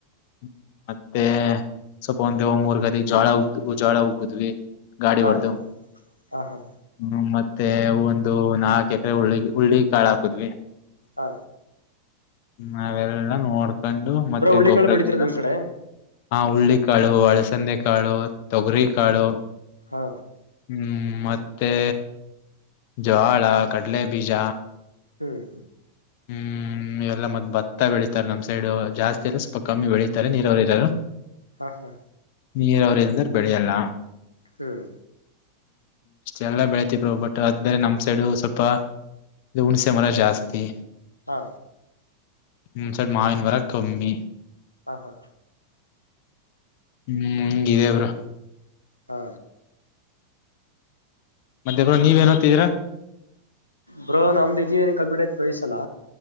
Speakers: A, on the left; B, on the left.
A: ಹ್ಮ ಮತ್ತೆ ಸ್ವಲ್ಪ ಒಂದ ದೇವ ಮೂರ್ಗಾಲ ಜಳ ಉ್ದ ಜೋಳ ಉಗುದ್ವಿ ಗಾಡಿ
B: ಹಾ
A: ವರ್ದು
B: ಹಾ ಹಾ ಹಾ
A: ಹ್ಮ ಮತ್ತ ಮತ್ತೆ ಒಂದು ನಾಲ್ಕ ಎಕರೆ ಉುಳ್ಳಿ ಉರುಳ್ಳಿ ಕಾಳ ಹಾಕುದ್ವಿ
B: ಹಾ
A: ನಾವೆಲ್ಲ ನೋಡ್ಕೊಂಡು ಮತ್ತೆ
B: ಬ್ರೋ ಹುಳ್ಳಿಕಾಳು
A: ಗೊಬ್ಬರ
B: ಬೆಳಿತೀರ
A: ಗ
B: ನಿಮ್ ಕಡೆ
A: ಆ ಹುಳ್ಳಿ ಕಾಳು ಒಳಸಂದೆ ಕಾಳು ತೊಗರಿ ಕಾಳು
B: ಹಾ
A: ಹ್ಮ್ ಮತ್ತೆ ಜ್ೋವಾಳ ಕಡ್ಲೆ ಬೀಜ
B: ಹ್ಮ್
A: ಹ್ಮ್ ಹ್ಮ್ ಇ ಎಲ್ಲ ಮ ಭತ್ತ ಬೆಳೀಿತಾರೆ ನಮ್ ಸೈಡ್ ಜಾಸ್ತಿ ಎಲ್ಲ ಸ್ವಲ್ಪ ಕಮ್ಮಿ ಬೆಳೀಿತಾರೆ ನೀರವರು ಇರೋರು
B: ಹಾ ಹಾ
A: ನೀರ ಅವ್ರ ಇಲ್ದ್ರ ಬೆಳೆಯಲ್ಲ
B: ಹ್ಮ್
A: ಇಷ್ಟ ಎಲ್ಲ ಬೆಳತಿದರು ಬಟ್ ಅದ್ಮೇಲೆ ನಮ್ ಸೈಡು ಸ್ವಲ್ಪ ಹುಣ್ಸೆ ಮರ ಜಾಸ್ತಿ
B: ಹಾ
A: ಹ್ಮ್ ಸರಿ ಮಾವಿನ ವರ ಕಮ್ಮಿ
B: ಹ ಹಾ
A: ಹ್ಮ್ ಹಂಗ ಅವರು
B: ಹಾ
A: ಮತ್ತೆ ಬ್ರೋ
B: ಹ್ಮ್
A: ನೀವೇನ್ ಓದ್ತಿದೀರಾ
B: ಬ್ರೋ ನಮ್ದು ಇಂಜಿನಿಯರಿಂಗ್ ಕಂಪೀಟ್ ಆಐತ್ ಬಯಸ ಅಲ್ಲ